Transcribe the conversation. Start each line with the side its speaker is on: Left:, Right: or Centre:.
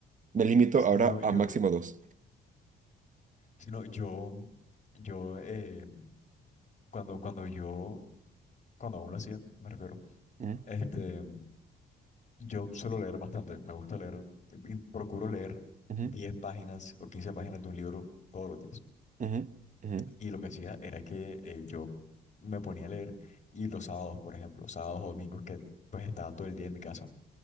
Right: Me limito
Left: Sino
Right: ahora
Left: yo,
Right: a máximo dos.
Left: sino yo, yo, eh, cuando, cuando yo, cuando aún lo hacía, me refiero,
Right: Ujú,
Left: este, yo suelo leer bastante, me gusta leer, y procuro leer
Right: ujú,
Left: 10 páginas o 15 páginas de un libro todos los días.
Right: ujú, ujú,
Left: Y lo que hacía era que eh, yo me ponía a leer y los sábados, por ejemplo, sábados o domingos que pues estaba todo el día en mi casa,